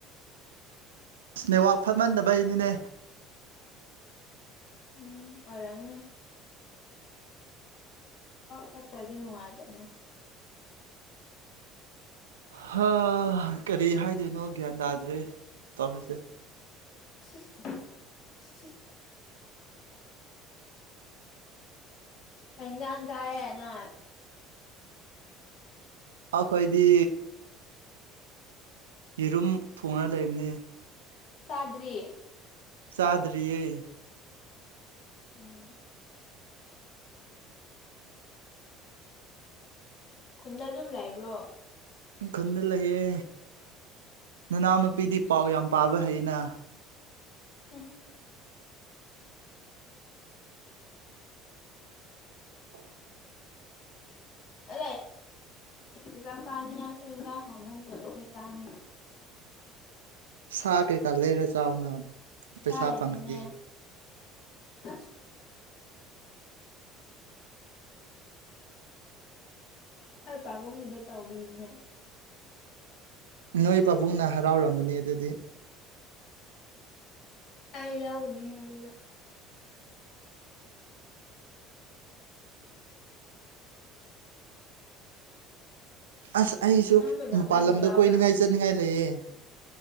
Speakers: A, on the right (about 70°); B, on the left (about 45°).
A: ꯅꯦꯋꯥ ꯐꯠꯃꯟꯗꯕꯩꯅꯤꯅꯦ
B: ꯎꯝ ꯑꯣꯏꯔꯝꯅꯤ ꯐꯠꯇ꯭ꯔꯗꯤ ꯅꯨꯡꯉꯥꯏꯇꯕꯅꯦ
A: ꯍꯥ ꯀꯔꯤ ꯍꯥꯏꯗꯣꯏꯅꯣ ꯒ꯭ꯌꯥꯟ ꯇꯥꯗ꯭ꯔꯦ ꯇꯥꯄꯤꯁꯦ
B: <unintelligible> ꯏ ꯏꯟꯖꯥꯡ ꯆꯑꯅ
A: ꯑꯩꯈꯣꯏꯗꯤ ꯌꯦꯔꯨꯝ ꯊꯣꯡꯅ ꯂꯩꯕꯅꯦ
B: ꯆꯗ꯭ꯔꯤ
A: ꯆꯥꯗꯔꯤꯔꯤꯩ
B: ꯎꯝ ꯈꯨꯟꯗ ꯑꯗꯨꯝ ꯂꯩꯕ꯭ꯔꯣ
A: ꯈꯟꯗ ꯂꯩꯌꯦ ꯅꯅꯥꯎ ꯅꯨꯄꯤꯗꯤ ꯄꯥꯎ ꯌꯥꯝ ꯄꯥꯕ ꯍꯩꯅ
B: ꯎꯝꯝ
A: <unintelligible>
B: ꯑ ꯑꯦꯖꯥꯅꯤꯁꯨꯖ ꯍꯃꯟ ꯆꯅꯤ
A: ꯁꯥ ꯀꯩꯀꯥ ꯂꯩꯔꯦ ꯆꯥꯎꯅ ꯄꯩꯁꯥ
B: ꯁꯔꯦꯗꯤꯅꯦ
A: ꯐꯪꯉꯗꯤ
B: ꯑ ꯍꯣꯏ ꯄꯥꯕꯨꯡꯒꯤꯗ ꯇꯧꯕꯤꯅꯦ
A: ꯅꯣꯏ ꯄꯥꯕꯨꯡꯅ ꯍꯔꯥꯎꯔꯝꯕꯅꯤ ꯑꯗꯨꯗꯤ
B: ꯑꯩ ꯌꯥꯎꯒꯅꯤ ꯑꯗꯨꯗ
A: ꯑꯁ ꯑꯩꯁꯨ
B: ꯅꯪ ꯀꯩꯗꯧꯉꯩꯅ
A: ꯃꯄꯥꯟ ꯂꯝꯗ
B: ꯌꯥꯎꯕ꯭ꯔꯥ
A: ꯀꯣꯏꯅꯤꯡꯉꯥꯏ ꯆꯠꯅꯤꯡꯉꯥꯏ ꯂꯩꯌꯦ